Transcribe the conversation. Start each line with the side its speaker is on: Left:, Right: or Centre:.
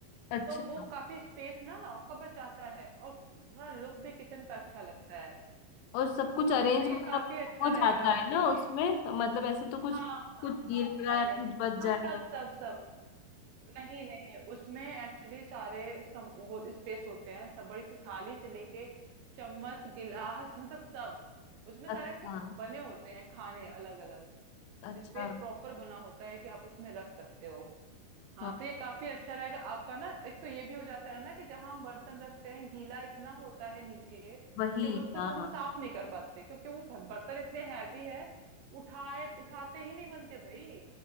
Left: अच्छा
Right: तो वो काफी स्पेस ना आपका बचाता है और थोड़ा लुक भी किचन का अच्छा लगता है
Left: और सब कुछ अरेंज
Right: तो ये
Left: मतलब
Right: काफी अच्छा
Left: हो जाता
Right: रहेगा आपके
Left: है ना उसमें
Right: लिए
Left: मतलब ऐसे तो कुछ
Right: हाँ हाँ
Left: कुछ गिरेगा
Right: हाँ अरे
Left: या कुछ बच
Right: हाँ
Left: जाएगा
Right: सब सब सब नहीं नहीं उसमें एक्चुअली सारे सम, वो स्पेस होते हैं तब बड़ी सी थाली से लेके चम्मच गिलास मतलब सब उसमें
Left: अच्छा
Right: सारे ऐसे बने होते हैं खाने अलग अलग
Left: अच्छा
Right: स्पेस प्रॉपर बना होता है कि आप उसमें रख सकते हो हाँ
Left: हाँ
Right: तो ये काफी अच्छा रहेगा आपका ना एक तो ये भी हो जाता है ना कि जहां हम बर्तन रखते हैं गीला इतना होता है नीचे
Left: वही
Right: कि वो उसको
Left: हाँ
Right: हम साफ नहीं कर पाते क्योंकि वो भ- बर्तन इतने हैवी है उठाए उठाते ही नहीं बनते भाई